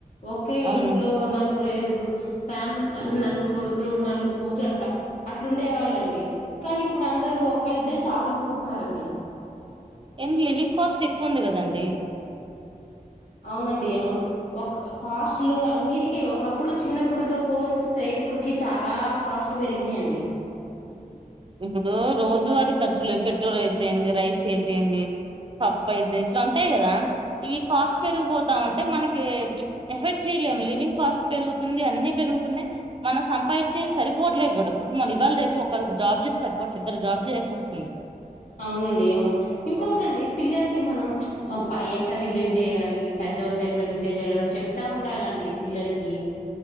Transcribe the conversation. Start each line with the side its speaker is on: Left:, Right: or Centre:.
Left: ఓకే
Right: అవును
Left: ఇంట్లో నాలుగు రా ఐదుగురు రు ఫ్యామిలీ అంటే నలుగురు కొడుకులు నలుగురు కూతురు అట్లా అట్లు ఉండే వాళ్ళుండి. కానీ ఇప్పుడు అందరుూ ఒకళ్ళద్దరే చాలా అనుకుంటున్నారండి.
Right: ఎం లివింగ్ కాస్ట్ ఎక్కువ ఉంది కదండి.
Left: అవునండి అవును ఒక కాస్ట్లు అన్నిటికిీ ఒకప్పుడు చిన్నప్పుడుతో పోల్ స్టే ఇపుడుకి చాలా కాస్ట్లు పెరిగినయి అండి.
Right: ఇప్పుడు రోజువారీ ఖర్చులు పెట్రోల్ అయితేయింది. రైస్ అయితేంది, పప్పు అయితేంది ఇట్లా ఉంటాయి కదా ఇవి కాస్ట్ పెరిగిపోతాంంటే. మనకి ఎఫెర్ట్ చేయలేము లివింగ్ కాస్ట్ పెరుగుతుంది. అన్ని పెరుగుతున్నాయి మనం సంపాదించే సరిపోవట్లేదు. కూడా కుటుంబన్ని ఇవాళ రేపు ఒకళ జాబ్ చేస్తారు పోట్ ఇద్దరు జాబ్ చేయాల్సి వస్తుంది.
Left: అవునండి అవును ఇంకోటిటండి పిల్లలకి మనం పై ఎట్లా బిహేవ్ చేయాలి. పెద్దవాళ్ళతో ఎట్లా బిహేవ్ చేయాలి, వాళ్ళు చెప్తా ఉండాలండి పిల్లలకి